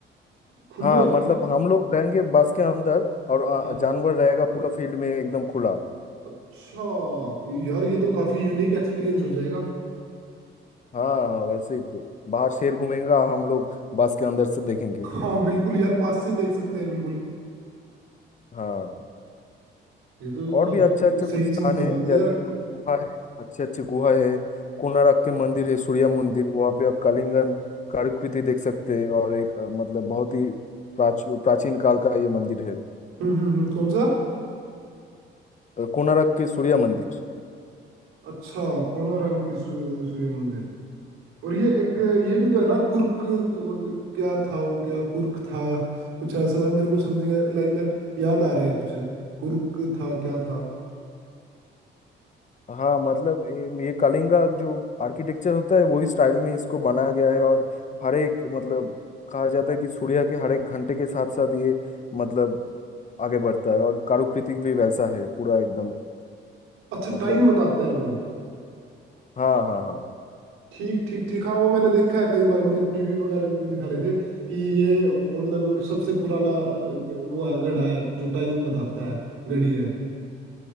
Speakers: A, on the right; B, on the left.
A: खुले
B: हाँ
A: है
B: मतलब हम लोग रहेंगे बस के अंदर और आ,
A: हाँ
B: जानवर रहेगा पूरा फील्ड में एकदम खुला
A: अच्छा यार ये तो काफी यूनिक एक्सपीरियंस हो जाएगा
B: हाँ हाँ वैसे ही तो बाहर शेर घूमेगा हम लोग बस के अंदर से देखेंगे
A: हाँ बिल्कुल यार पास से देख सकते हैं बिल्कुल
B: हाँ
A: ये तो
B: और
A: काफी
B: भी अच्छे अच्छे कुछ
A: सही
B: स्थान
A: चीज
B: है
A: बता दी
B: जैसे
A: यार
B: कुछ गुहा है अच्छे अच्छे गुहा है कोणार्क के मंदिर है सूर्य मंदिर वहाँ पे आप कलिंगन कलाकृति देख सकते हैं और एक अ, मतलब बहुत ही प्राच, प्राचीन काल का ये मंदिर है
A: हम्म हम्म हम्म, कौन सा
B: अ, कोणार्क के सूर्य मंदिर
A: अच्छा कोणार्क की सू, सूर्य मंदिर और ये एक ये भी तो है ना कुर्क वो क्या था वो क्या कुर्क था कुछ ऐसा था मेरे को समथिंग लाइक दैट याद आ रहा है कुछ कुर्क था क्या था
B: हाँ मतलब ये, ये कलिंगा जो आर्किटेक्चर होता है वही स्टाइल में इसको बनाया गया है और हर एक मतलब कहा जाता है कि सूर्य के हर एक घंटे के साथ साथ ये मतलब आगे बढ़ता है और कारुकृति भी वैसा है पूरा एकदम
A: अच्छा
B: मतलब
A: टाइम बताता है वो
B: हाँ हाँ हाँ
A: ठीक ठीक ठीक हाँ वो मैंने देखा है कई बार मतलब टीवी वगैरह पे भी दिखा रहे थे कि ये मतलब सबसे पुराना अ, वो है घड़ा है जो टाइम बताता है घड़ी है